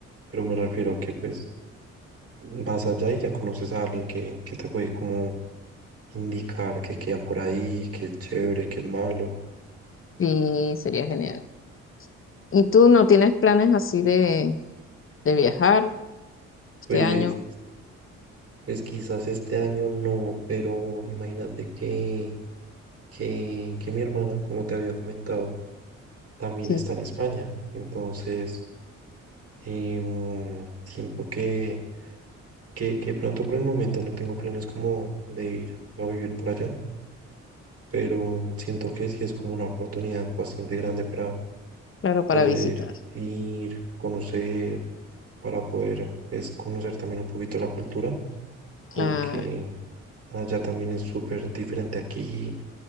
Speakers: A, on the right (about 40°); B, on the left (about 35°).
A: pero me refiero a que pues vas allá y ya conoces a alguien que, que te puede como indicar que queda por ahí, que es chévere, que es malo.
B: sí, sería genial. ¿Y tú no tienes planes así de, de viajar este
A: Pues,
B: año?
A: pues quizás este año no, pero imagínate que, que, que mi hermana, como te había comentado, también
B: Sí,
A: está en España. Entonces, em, siento que que, que pronto por el momento no tengo planes como de ir a vivir por allá, pero siento que sí es como una oportunidad bastante grande para
B: claro,
A: poder
B: para visitar.
A: ir, conocer, para poder pues, conocer también un poquito la cultura, porque
B: Claro.
A: allá también es súper diferente aquí,